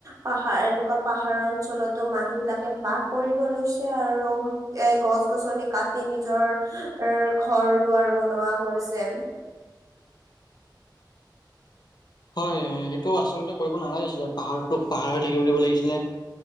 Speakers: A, on the right (about 45°); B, on the left (about 60°).
A: পাহাৰ এনেকুৱা পাহাৰ অঞ্চলতো মানুহ বিলাকে বাহ কৰিব লৈছে আৰু এ গছ গছনি কাট দি নিজৰ ৰ ঘৰ দুৱাৰ বনোৱা কৰিছে।
B: হয়, হেইটো আচলতে কইব নালাগিছিলে। পাহাৰটোক পাহাৰ হৈ থাকিব দিব লাগিছিলে।